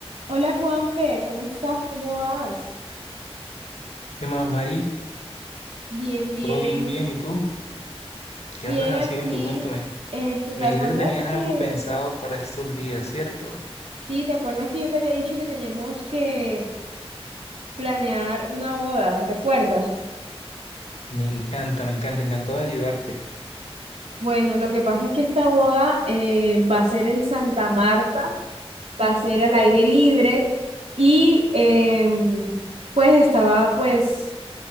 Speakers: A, on the right (about 85°); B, on the left (about 90°).
A: Hola Juanfe, ¿cómo estás? ¿Cómo vas?
B: ¿Qué más, Mari?
A: Bien, bien,
B: ¿Todo bien, bien? ¿Y tú? ¿Qué
A: bien
B: andas haciendo?
A: aquí.
B: Cuéntame.
A: Este, ¿te
B: Me
A: acuerdas
B: dijiste que tenías algo
A: que,
B: pensado para estos días, ¿cierto?
A: sí, te acuerdas que yo te había dicho que teníamos que planear una boda, ¿te acuerdas?
B: Me encanta, me encanta, encantado de ayudarte.
A: Bueno, lo que pasa es que esta boda eh, va a ser en Santa Marta, va a ser al aire libre y em, pues estaba pues